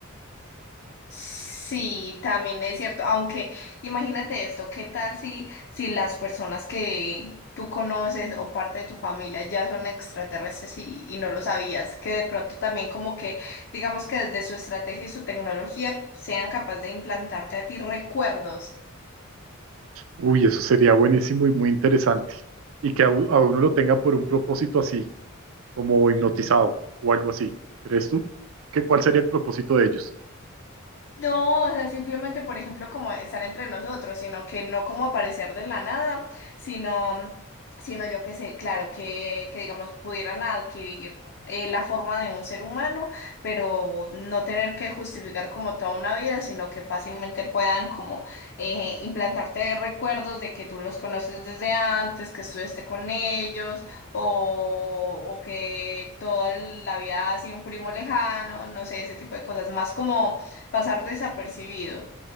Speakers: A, on the left; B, on the right.
A: Sí, también es cierto, aunque imagínate esto, ¿qué tal si, si las personas que tú conoces o parte de tu familia ya son extraterrestres y, y no lo sabías? Que de pronto también como que, digamos que desde su estrategia y su tecnología sean capaces de implantarte a ti recuerdos.
B: Uy, eso sería buenísimo y muy interesante. Y que a, u- a uno lo tenga por un propósito así, como hipnotizado o algo así. ¿Crees tú? ¿Qué, cuál sería el propósito de ellos?
A: No, o sea, simplemente, por ejemplo, como estar entre nosotros, sino que no como aparecer de la nada, sino, sino yo que sé, claro, que, que digamos pudieran adquirir eh, la forma de un ser humano, pero no tener que justificar como toda una vida, sino que fácilmente puedan como eh, implantarte recuerdos de que tú los conoces desde antes, que estuviste con ellos, o, o que toda la vida ha sido un primo lejano, no sé, ese tipo de cosas, más como pasar desapercibido,